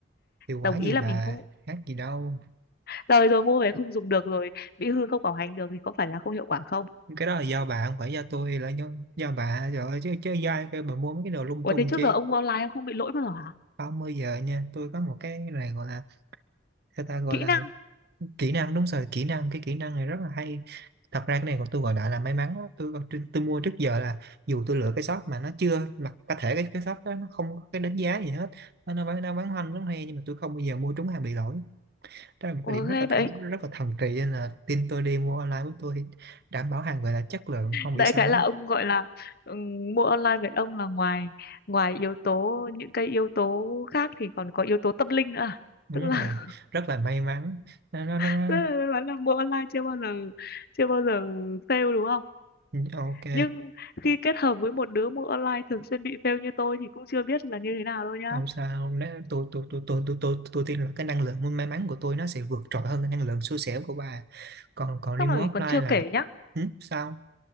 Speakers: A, on the right; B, on the left.
A: hiệu quả
B: đồng
A: gì
B: ý là
A: bà
B: mình không
A: khác gì đâu
B: rồi rồi mua về không dùng được rồi bị hư không bảo hành được thì có phải là không hiệu quả không
A: cái đó là do bà không phải do tôi là do, do bà rồi chứ chứ do ai kêu bà mua mấy cái đồ lung
B: ủa
A: tung
B: thế trước
A: chi
B: giờ ông mua online ông không bị lỗi bao giờ hả
A: không bao giờ nha tôi có một cái này gọi là người ta gọi
B: kỹ
A: là
B: năng
A: kỹ năng đúng rồi kỹ năng cái kỹ năng này rất là hay thật ra cái này còn tôi gọi lại là may mắn á. tôi, tôi tôi mua trước giờ là dù tôi lựa cái shop mà nó chưa mặc có thể cái cái shop đó nó không có cái đánh giá gì hết nó nó bán nó bán hoành bán hoe nhưng mà tôi không bao giờ mua trúng hàng bị lỗi đó là một cái
B: ủa
A: điểm rất
B: ghê
A: là th
B: vậy
A: rất là thần kỳ nên là tin tôi đi mua online của tôi đảm bảo hàng về là chất lượng không
B: đại
A: bị sao
B: khái là
A: hết
B: ông gọi là ừm, mua online với ông là ngoài ngoài yếu tố những cái yếu tố khác thì còn có yếu tố tâm linh nữa à?
A: đúng
B: tức là
A: rồi rất là may mắn nó, nó,
B: <laughs>
A: nó, nó.
B: tức là tôi nói là mua online chưa bao giờ chưa bao giờ fail đúng không
A: Ừ, ok
B: nhưng khi kết hợp với một đứa mua online thường xuyên bị fail như tôi thì cũng chưa biết là như thế nào đâu nhá
A: không sao nếu tôi tôi tôi tôi tôi tôi tôi tin là cái năng lượng may mắn của tôi nó sẽ vượt trội hơn cái năng lượng xui xẻo của bà còn còn
B: xong
A: remote
B: rồi còn
A: offline
B: chưa
A: là
B: kể nhá
A: ừ, sao